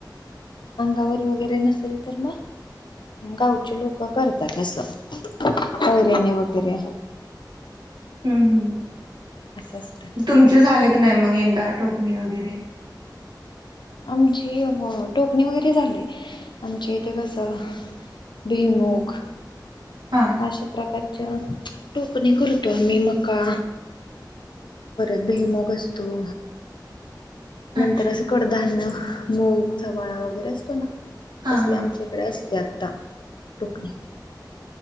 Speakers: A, on the left (about 80°); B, on the right (about 70°).
A: अंगावर वगैरे नसेल तर म गावचे लोक करतात असं पैरेने वगैरे
B: हम् हम्
A: असतं
B: तुमच झाले क नाही मग यंदा टोकणी वगैरे
A: आमची टोकणी वगैरे झाली आमचे ते कसं भेमुग
B: हा
A: अशा प्रकारच्या टोकणी करतो आम्ही मका परत भुईमुग असतो. नंतर
B: अच्छा
A: असे कडधान्य मूग, चवाळा वगैरे असतो ना
B: हा
A: तसले
B: हा
A: आमचे असते आता टोकणी